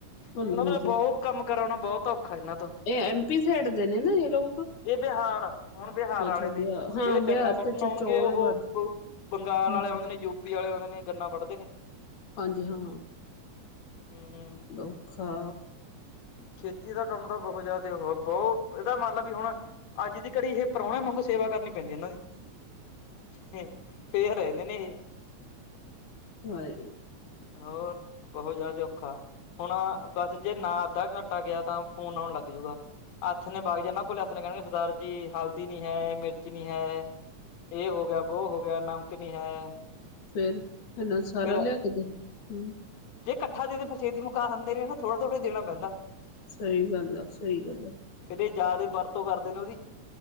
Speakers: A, on the left; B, on the left.
A: ਇਹਨੂੰ
B: ਇਹਨਾਂ ਦਾ
A: ਤੇ,
B: ਬਹੁਤ ਕੰਮ ਕਰਾਉਣਾ ਬਹੁਤ ਔਖਾ ਇਹਨਾਂ ਤੋਂ
A: ਇਹ ਐਮਪੀ ਸਾਈਡ ਦੇ ਨੇ ਨਾ ਇਹ ਲੋਕ
B: ਇਹ ਬਿਹਾਰ, ਹੁਣ ਬਿਹਾਰ
A: ਅੱਛਾ
B: ਵਾਲੇ ਨੇ
A: ਬਿਹਾਰ ਹਾਂ
B: ਜਿਹੜੇ
A: ਬਿਹਾਰ
B: ਗੰਨਾ ਵੱਢਣ
A: ਤੇ
B: ਆਉਣਗੇ
A: ਚੌਲ
B: ਉਹ
A: ਵੱਧ
B: ਬੰਗਾਲ
A: ਹਮ
B: ਵਾਲੇ ਆਉਂਦੇ ਨੇ, ਯੂਪੀ ਵਾਲੇ ਆਉਂਦੇ ਨੇ, ਗੰਨਾ ਵੱਢਦੇ ਨੇ
A: ਹਾਂਜੀ ਹਾਂ
B: ਹਮ
A: ਔਖਾ
B: ਖੇਤੀ ਦਾ ਕੰਮ ਤਾਂ ਬਹੁਤ ਜ਼ਿਆਦਾ ਉਹ, ਬਹੁਤ ਇਹਦਾ ਮੰਨ ਲ ਵੀ ਹੁਣ ਅੱਜ ਦੀ ਘੜੀ ਇਹ, ਪ੍ਰਾਹੁਣੇ ਵਾਂਗੂ ਸੇਵਾ ਕਰਨੀ ਪੈਂਦੀ ਇਹਨਾਂ ਦੀ ਫੇਰ ਰਹਿੰਦੇ ਨੇ ਇਹ
A: ਹੋਏ
B: ਹੋਰ ਬਹੁਤ ਜ਼ਿਆਦਾ ਔਖਾ, ਹੁਣ ਬਸ ਜੇ ਨਾ ਅੱਧਾ ਘੰਟਾ ਗਿਆ ਤਾਂ ਫੋਨ ਆਉਣ ਲੱਗ ਜੂਗਾ ਹੱਥ ਨੇ ਬਾਗ ਜਾਂ ਨਾ ਕੋਲ ਓਹਨੇ ਕਹਿਣਾ ਸਰਦਾਰ ਜੀ ਹਲਦੀ ਨੀ ਹੈ ਮਿਰਚ ਨੀ ਹੈ। ਏ ਹੋ ਗਆ ਵੋ ਹੋ ਗਆ ਨਮਕ ਨੀ ਹੈ।
A: ਫੇਰ। ਏਨਾ ਸਾਰਾ
B: ਫੇਰ
A: ਲਿਆ ਕੇ ਦੇਣਾ। ਹੁਂ।
B: ਜੇ ਕੱਠਾ ਦੇਦੇ ਫੇਰ ਛੇਤੀ ਮੁਕਾ ਆਂਦੇ ਨੇ ਫੇ ਥੋੜਾ ਥੋੜ੍ਹਾ ਦੇਣਾ ਪੈਂਦਾ।
A: ਸਹੀ ਗੱਲ ਆ, ਸਹੀ ਗੱਲ ਆ।
B: ਫੇਰ ਏ ਜ਼ਿਆਦੇ ਬਰਤੋਂ ਕਰਦੇ ਨੇ ਔਦੀ।